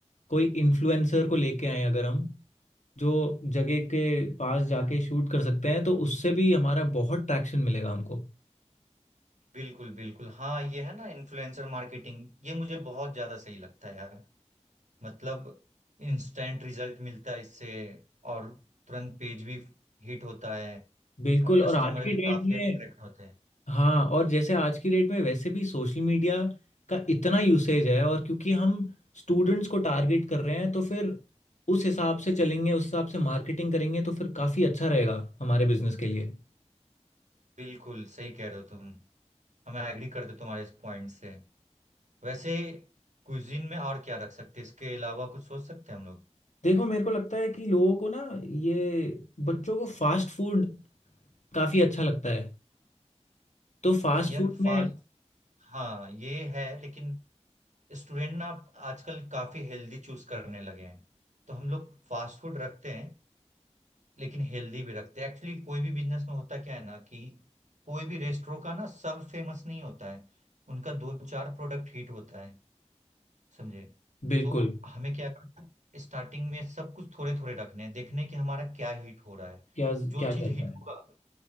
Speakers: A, on the left; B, on the right.
A: कोई इन्फ्लुएंसर को लेके आए अगर हम जो जगह के पास जाके शूट कर सकते हैं तो उससे भी हमारा बहुत ट्रैक्शन मिलेगा हमको
B: बिल्कुल बिल्कुल हाँ ये है ना इन्फ्लुएंसर मार्केटिंग ये मुझे बहुत ज्यादा सही लगता है यार मतलब इंस्टेंट रिजल्ट मिलता है इससे और तुरंत पेज भी हिट होता है
A: बिल्कुल
B: और कस्टमर
A: और आज की
B: भी
A: डेट
B: काफी
A: में
B: अट्रैक्ट होते हैं
A: हाँ और जैसे आज की डेट में वैसे भी सोशल मीडिया का इतना यूसेज है और क्योंकि हम स्टूडेंट्स को टारगेट कर रहे हैं तो फिर उस हिसाब से चलेंगे उस हिसाब से मार्केटिंग करेंगे तो फिर काफ़ी अच्छा रहेगा हमारे बिजनेस के लिए
B: बिल्कुल सही कह रहे हो तुम हम एग्री करते तुम्हारे इस पॉइंट से वैसे कुजीन में और क्या रख सकते हैं? इसके अलावा कुछ सोच सकते हैं हम लोग
A: देखो मेरे को लगता है कि लोगों को ना ये बच्चों को फास्ट फूड काफ़ी अच्छा लगता है तो फास्ट
B: यार
A: फूड
B: फास्ट
A: में
B: हाँ ये है लेकिन स्टूडेंट ना आप आजकल काफी हेल्दी चूज करने लगे हैं तो हम लोग फास्ट फूड रखते हैं लेकिन हेल्दी भी रखते हैं एक्चुअली कोई भी बिजनेस में होता क्या है ना कि कोई भी रेस्टोरेंट का ना सब फेमस नहीं होता है उनका दो चार प्रोडक्ट हिट होता है समझे
A: बिल्कुल
B: तो हमें क्या करना है स्टार्टिंग में सब कुछ थोड़े थोड़े रखने हैं देखने कि हमारा क्या हिट हो रहा है
A: क्या
B: जो
A: क्या
B: चीज
A: चल रहा
B: हिट
A: है
B: होगा